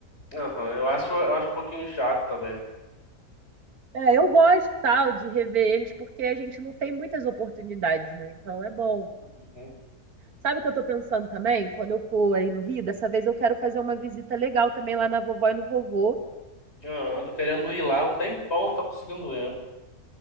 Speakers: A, on the left; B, on the right.
A: aham, eu acho, eu acho um pouquinho chato também.
B: É, eu gosto, tal, de rever eles, porque a gente não tem muitas oportunidades, né? Então é bom.
A: Uhum.
B: Sabe o que eu tô pensando também? Quando eu for aí no Rio, dessa vez eu quero fazer uma visita legal também lá na vovó e no vovô
A: Aham, tô querendo ir lá um tempão, não tô conseguindo ir.